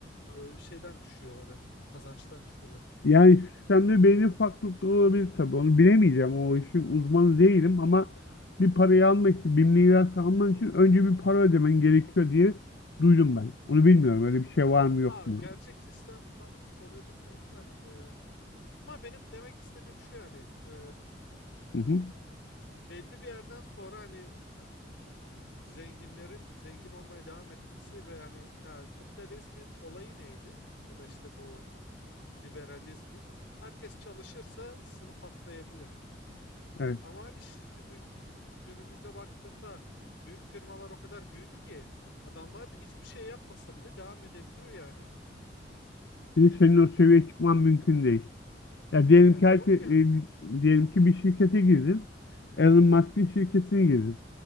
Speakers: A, on the left; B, on the left.
A: ıı, şeyden düşüyorlar hani kazançtan düşüyorlar.
B: Yani sistemde belli farklılıklar olabilir tabii. Onu bilemeyeceğim. O işin uzmanı değilim ama bir parayı almak için, bir miras almak için önce bir para ödemen gerekiyor diye duydum ben. Onu bilmiyorum. Öyle bir şey var mı yok
A: Ha,
B: mu?
A: gerçek sistem tam nasıl oluyor bilmiyorum. Hani Ama benim demek istediğim şu yani e,
B: Hı hı.
A: belli bir yerden sonra hani ha, zenginlerin zengin olmaya devam etmesi ve hani ya, kapitalizmin olayı neydi? Ya da işte bu liberalizmin herkes çalışırsa sınıf atlayabilir.
B: Evet.
A: Ama hani şimdi günümüzde baktığında büyük firmalar o kadar büyüdü ki adamlar hiçbir şey yapmasa bile devam edebiliyor yani.
B: Şimdi senin o seviyeye
A: Yani
B: çıkman
A: e,
B: mümkün değil. Ya diyelim
A: yani
B: ki herke,
A: yok
B: e,
A: yani.
B: diyelim ki bir şirkete girdin. Elon Musk'ın şirketine girdin.